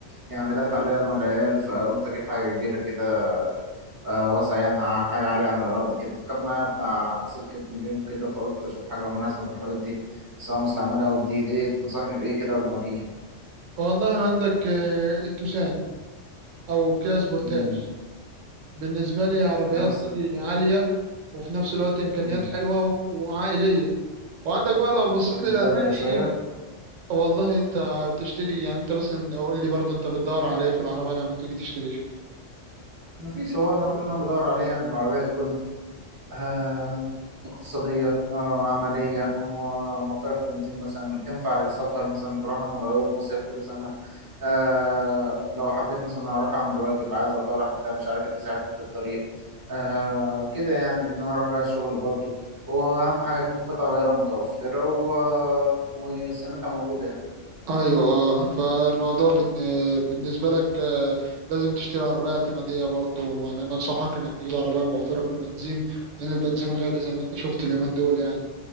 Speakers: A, on the right; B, on the right.
A: يعني ضاقت عليا انا والعيال فقلت اجيب حاجه كبيره كده آه، واسعه يعني ح- حاجه عاليه عن الارض كده فكان معايا بتاع سكه مليون كده فقلت اشوف حاجه مناسبه في الحدود دي سواء مستعمله او جديد ايه تنصحني بايه كده قبل ما اجيب
B: والله عندك آه، التوسان او كيا سبورتاج
A: امم
B: بالنسبة لي عربيات
A: اه بس
B: دي عالية وفي نفس الوقت امكانيات
A: مم.
B: حلوة وعائلية وعندك بقى لو بصيت
A: مش
B: للالماني
A: غاليه شويه
B: والله انت بتشتري يعني انت مثلا قول لي برضه انت بتدور على ايه في العربية لما تيجي تشتري
A: ما فيش هو انا كل اللي انا بدور عليه يعني العربيه تكون آه اقتصاديه آه عمليه آه، موفره في البنزين مثلا تنفع للسفر مثلا بروح انا وقريب مصيف كل سنه آه لو حبيت مثلا اروح اعمل واجب عايز افرح بتاع مش عارف ايه تسعفني في الطريق آه كده يعني ان انا اروح بيها الشغل برضو واهم حاجه يكون قطع غيارها متوفره و... وصيانتها موجوده يعني
B: ايوه اه فالموضوع بالن- بالنسبه لك آه، لازم تشتري عربيه اعتماديه برضو يعني انا انصحك انك تجيب عربيه موفره في البنزين لان البنزين غالي زي ما انت شفت اليومين دول يعني